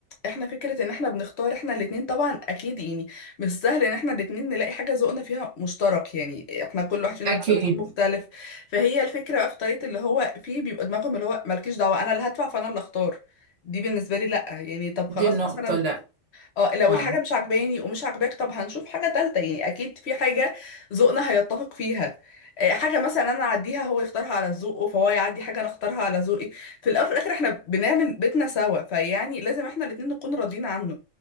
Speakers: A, on the left; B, on the right.
A: احنا فكرة ان احنا بنختار احنا الاتنين طبعا اكيد يعني مش سهل ان احنا الاتنين نلاقي حاجة ذوقنا فيها مشترك يعني احنا كل واحد فينا
B: أكيد
A: بيبقى ذوق مختلف فهي الفكرة بقى في طريقة اللي هو فيه بيبقى دماغهم اللي هو مالكيش دعوة انا اللي هدفع فانا اللي اختار دي بالنسبة لي لا يعني طب
B: دي
A: خلاص
B: النقطة
A: مثلا
B: لا
A: اه لو
B: آه
A: الحاجة مش عجباني ومش عجباك طب هنشوف حاجة تالتة يعني أكيد في حاجة ذوقنا هيتفق فيها آه، حاجة مثلا أنا أعديها هو يختارها على ذوقه فهو يعدي حاجة أنا أختارها على ذوقي في الأول وفي الآخر إحنا بنعمل بيتنا سوا فيعني لازم إحنا الاتنين نكون راضيين عنه